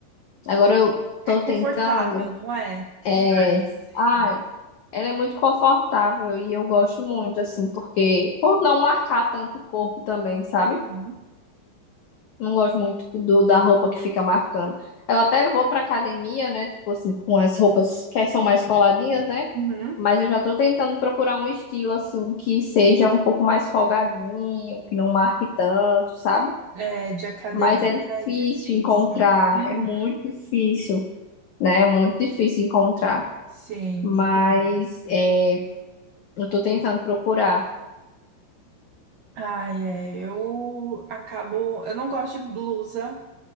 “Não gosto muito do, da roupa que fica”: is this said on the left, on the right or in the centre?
Left